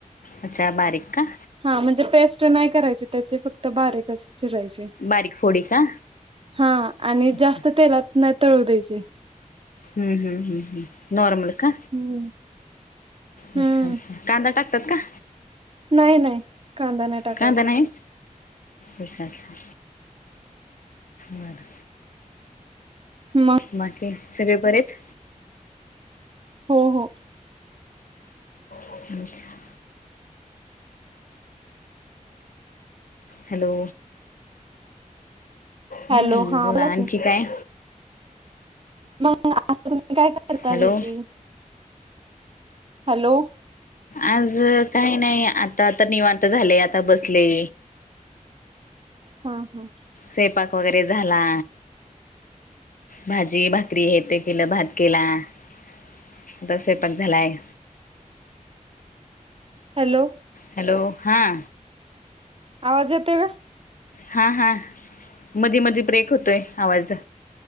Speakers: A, on the left; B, on the right.
A: अच्छा बारीक का.
B: हा म्हणजे पेस्ट नाही करायची त्याची फक्त बारीकच चिरायची.
A: बारीक फोडी का
B: हा आणि
A: अच्छा
B: जास्त तेलात नाही तळू द्यायचे.
A: हम् हम् हम् हम् नॉर्मल का
B: हम्म.
A: अच्छा
B: हम्म.
A: अच्छा, कांदा टाकतात का?
B: नाही नाही. कांदा नाही टाकायचा.
A: कांदा नाही अच्छा अच्छा मग.
B: मग
A: बाकी सगळे बरे आहेत.
B: हो हो.
A: अच्छा, हॅलो.
B: हॅलो
A: हम्म.
B: हा
A: बोला आणखी
B: की.
A: काय?
B: मग असं तुम्ही काय करता
A: हॅलो
B: घरी? हॅलो
A: आज काही नाही आता तर निवांत झाले आता बसले
B: हम्म हम्
A: स्वयपाक वगैरे झाला भाजी भाकरी हे ते केलं भात केला आता स्वयंपाक झालाय
B: हॅलो
A: हॅलो हां
B: आवाज येतोय का
A: हा हा मधी मधी ब्रेक होतोय आवाज